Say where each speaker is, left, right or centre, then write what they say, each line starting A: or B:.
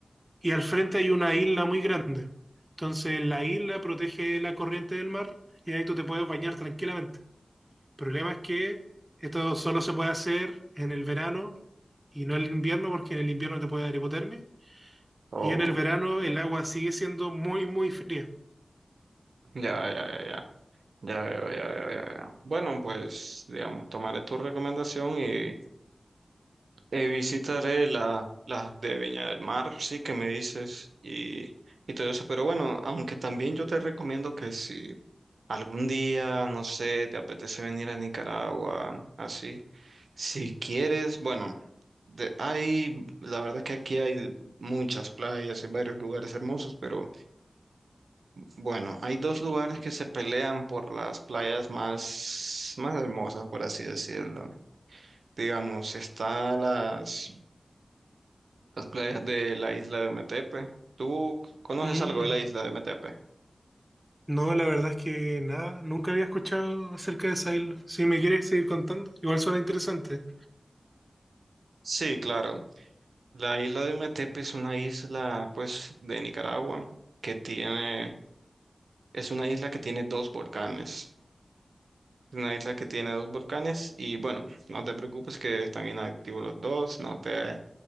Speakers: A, on the right; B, on the right.
A: y al frente hay una isla muy grande. Entonces la isla protege la corriente del mar y ahí tú te puedes bañar tranquilamente. El problema es que esto solo se puede hacer en el verano y no en el invierno, porque en el invierno te puede dar hipotermia.
B: Oh,
A: Y en el verano el agua sigue siendo muy, muy fría.
B: ya, ya, ya, ya. Ya veo, ya veo, ya veo. Bueno, pues, digamos, tomaré tu recomendación y, y visitaré la, las de Viña del Mar, sí, que me dices, y, y todo eso. Pero bueno, aunque también yo te recomiendo que si Algún día, no sé, te apetece venir a Nicaragua, así. Si quieres, bueno, de- hay, la verdad que aquí hay muchas playas y varios lugares hermosos, pero bueno, hay dos lugares que se pelean por las playas más, más hermosas, por así decirlo. Digamos, está las, las playas de la isla de Metepe. ¿Tú conoces
A: Mm.
B: algo de la isla de Metepe?
A: No, la verdad es que nada, nunca había escuchado acerca de esa isla. Si me quieres seguir contando, igual suena interesante.
B: Sí, claro. La isla de Ometepe es una isla, pues, de Nicaragua que tiene, es una isla que tiene dos volcanes. Es una isla que tiene dos volcanes y bueno, no te preocupes que están inactivos los dos, no te,